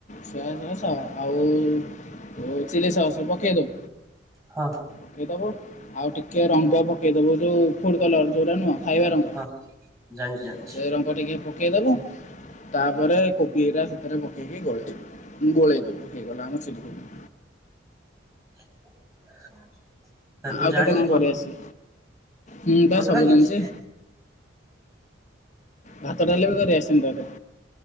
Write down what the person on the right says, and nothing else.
ହଁ
ହଁ ଜାଣିଚି ଜାଣିଚି।
<inaudible>
ଜାଣିଛୁ
ସବୁ
ମତେ
ମାଗିଛି